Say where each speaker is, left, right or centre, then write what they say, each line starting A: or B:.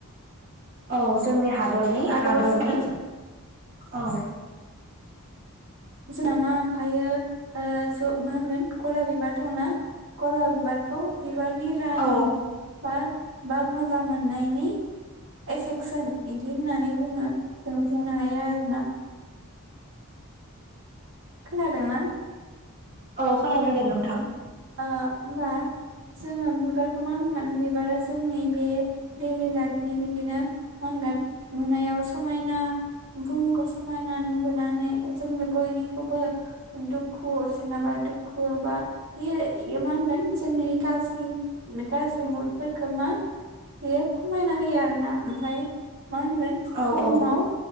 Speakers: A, on the right (about 45°); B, on the right (about 60°).
A: औ जोंनि हादरनि
B: आरोबाव
A: हादरनि
B: जोंना
A: औ
B: जोंना मा ओमफायो ज मा होनगोन गला बिबार दंना गलाब बिबारखौ बिबानि रानि
A: औ
B: बा बा मोजां मोननायनि एफेक्ट सोन इदि होननानै बुङो जों बुंनो हायो आरो ना खोनादोंना
A: औ खोनादों दे नोंथां
B: ओ होमबा जोङो बिबारखौ मा होनगोन बिबारा जोंनि बे दैलि लाइफनि बिदिनो मा होनगोन नुनायाव समायना बुहुमखौ समायना नुबोनानै जोंनि बयनिखौबो दुखु सोरनाबा दुखु बा बेयो इयो मा होनगोन जोंनि गाज्रि गाज्रि मुदफोरखौ मा बियो खमायना होयो आरो ना ओमफ्राय मा होनगोन
A: औ
B: बहुमाव
A: औ